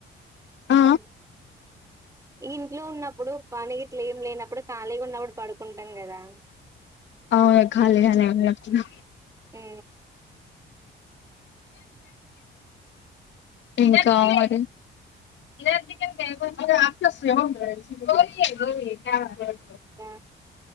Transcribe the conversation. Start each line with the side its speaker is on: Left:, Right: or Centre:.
Right: ఉ
Left: ఆ
Right: ఇంట్లో ఉన్నప్పుడు పనిట్లు ఏం లేనప్పుడు ఖాళీగా ఉన్నప్పుడు పడుకుంటాం కదా
Left: అవును ఖాళీగానే ఉన్నప్పుడు
Right: ఆ
Left: ఇంకా మరి ఇదందుక <unintelligible> గో గో
Right: ఇ